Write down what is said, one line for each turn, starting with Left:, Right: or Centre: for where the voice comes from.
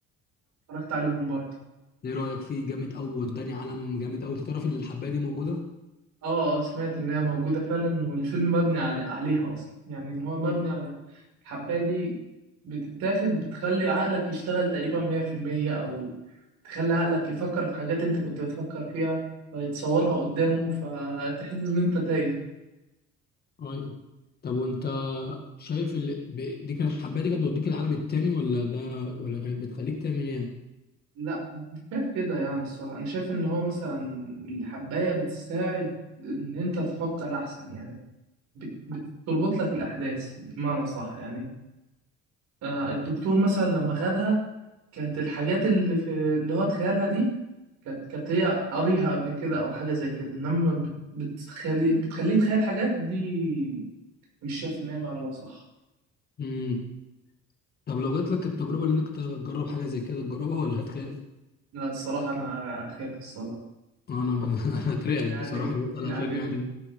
Right: اتفرجت عليهم برضه
Left: ايه رأيك فيه جامد قوي وداني عالم جامد قوي انت تعرف ان الحباية دي موجودة؟
Right: اه اه سمعت ان هي موجودة فعلا والفيلم مبني علي عليها اصلا يعني ان هو مبني
Left: مم.
Right: على الحباية دي بتتاخد بتخلي عقلك يشتغل تقريبا مية في المية او تخلي عقلك يفكر في حاجات انت كنت بتفكر فيها فيتصورها قدامه فتحس ان انت تايه
Left: ايوه طب وانت شايف ال... ب- دي كانت الحباية دي كانت بتوديك العالم التاني ولا ده ولا كانت بتخليك تعمل ايه؟ يعني؟
Right: لا انا مش شايف كده يعني الصراحة انا شايف ان هو مثلا الحباية بتساعد ان انت تفكر احسن يعني بت- بتربط لك الاحداث بمعنى صح يعني آه، الدكتور مثلا لما خدها كانت الحاجات اللي في اللي هو اتخيلها دي كانت كانت هي قاريها قبل كده او حاجه زي كده انما بت- بتخلي بتخليه يتخيل حاجات دي مش شايف ان هي معلومه صح
Left: مم. طب لو جات لك التجربة اللي انك تجرب حاجة زي كده تجربها ولا هتخاف؟
Right: لا الصراحه انا اخاف الصراحه
Left: انا <laughs> انا اترعب
Right: يعني
Left: بصراحه لما
Right: يعني
Left: بسأل عشان يعني